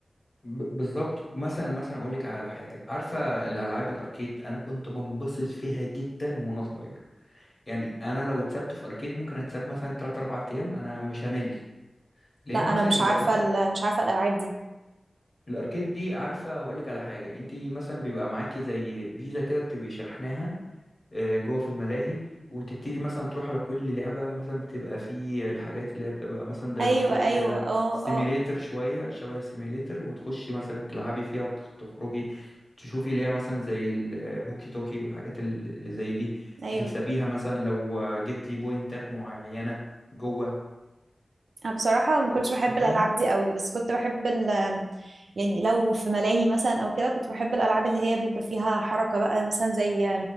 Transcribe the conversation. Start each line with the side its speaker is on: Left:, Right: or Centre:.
Left: ب- بالظبط مثلا مثلا اقول لك على حاجه عارفه الالعاب الاركيد انا كنت بنبسط فيها جدا وانا صغير يعني انا لو اتسبت في اركيد ممكن اتساب مثلا 3 4 ايام انا مش همل لان
Right: لا أنا
Left: مثلا
Right: مش
Left: يبقى
Right: عارفة
Left: ممكن
Right: ال- مش عارفة الألعاب دي
Left: الاركيد دي عارفه هقول لك على حاجه انت مثلا بيبقى معاكي زي فيزا كده بتبقي شحناها آه، جوه في الملاهي وتبتدي مثلا تروح على كل لعبة مثلا بتبقى في الحاجات اللي هي بتبقى مثلا ديناصور
Right: ايوه ايوه
Left: كده
Right: اه
Left: سيميليتر
Right: اه
Left: شوية شبه السيميليتر وتخشي مثلا تلعبي فيها وتخرجي تشوفي اللي هي مثلا زي الهوكي توكي والحاجات ال- اللي زي دي
Right: ايوه
Left: بتكسبيها مثلا لو جبتي بوينتات معينة جوه
Right: أنا بصراحة ما
Left: أكيد
Right: كنتش بحب
Left: فاكراها
Right: الألعاب دي قوي بس كنت بحب ال يعني لو في ملاهي مثلا أو كده كنت بحب الألعاب اللي هي بيبقى فيها حركة بقى مثلا زي